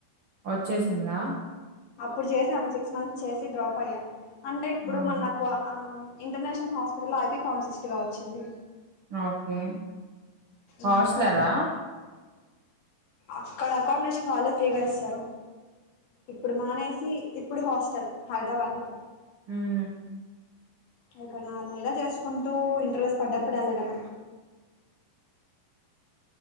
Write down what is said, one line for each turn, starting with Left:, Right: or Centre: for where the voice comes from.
Right: వచ్చేసిందా
Left: అప్పుడు చేసి ఆమె సిక్స్ మంత్స్ చేసి డ్రాప్ అయ్యా అంటే ఇప్పుడు
Right: ఆహా
Left: మనకు ఆ ఇంటర్నేషనల్ హాస్పిటల్ ఐపీ ఫార్మసిస్ట్గా వచ్చింది
Right: ఓకే హోస్టెలారా
Left: ఇంకా అక్కడ అకామిడేషన్ వాళ్ళే ఫ్రీగా ఇస్తారు ఇప్పుడు మానేసి ఇప్పుడు హాస్టల్ హైదరాబాద్ లో
Right: ఉమ్
Left: ఇక నార్మల్గా చేసుకుంటూ ఇంటర్వ్యూస్ పడ్డప్పుడు వెళ్ళడం